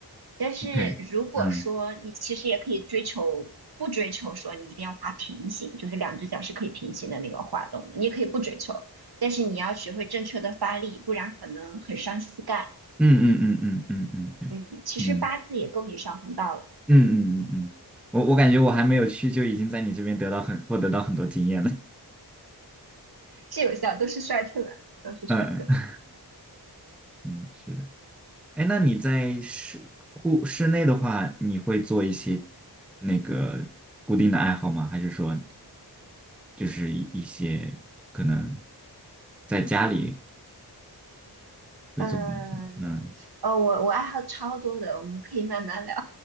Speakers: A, on the right; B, in the centre.
A: 但是如果说你其实也可以追求，
B: ，OK，嗯
A: 不追求说你一定要滑平行，就是两只脚是可以平行的那个滑动的，你也可以不追求，但是你要学会正确的发力，不然可能很伤膝盖。
B: 嗯嗯嗯嗯嗯嗯，对，
A: 嗯，其实八字也够你上红道了，
B: 嗯嗯嗯嗯嗯，我我感觉我还没有去，就已经在你这边得到很获得到很多经验了。
A: 是有效都是帅出来的都是帅出来的
B: 嗯嗯，嗯是的。哎，那你在室户室内的话，你会做一些那个固定的爱好吗？还是说就是一一些可能在家里会做的一些？
A: 嗯，
B: 嗯，
A: 哦，我我爱好超多的，我们可以慢慢聊。